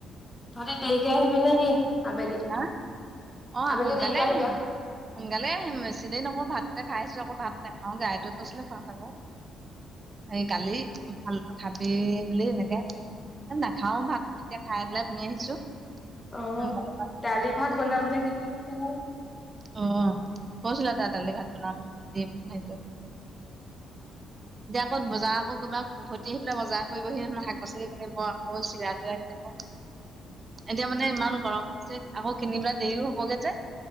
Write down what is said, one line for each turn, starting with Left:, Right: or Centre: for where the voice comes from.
Left: তহঁতি দেৰিকছ আহিবি নেকি আবেলি।
Right: হা অ
Left: আবেলি
Right: সোনকালে
Left: দেৰিকে
Right: আহিম।
Left: আহিবি আও
Right: সোনকালে আহিম বেছি দেৰি নকৰুং, ভাতকে খাই আছো আকৌ ভাত নাখাওঁ গাইটোৱে কৈছিলে খৰত খাক এই কালি উম ভাল ভাতে বুলি এনেকে নাখাওঁ ভাত তেতিয়া- খাই পেলাই গুচি আহিছো
Left: অ
Right: সোনকালে।
Left: দালি ভাত বনাম নে কি বুলি কৈছে ক
Right: অ কৈছিলে তাই দালি ভাত বনাম দিম হেৰি কৰিম। দিয়া অকন বজাৰ আকৌ ক- উভতি আহি পেলাই বজাৰ কৰিবহি হেনো শাক পাচলি কিনিব আকৌ চিৰা তিৰা কিনিব। এতিয়া মানে ইমান গৰম হৈছে আকৌ কিনিপিনে দেৰিও হবগৈ যে।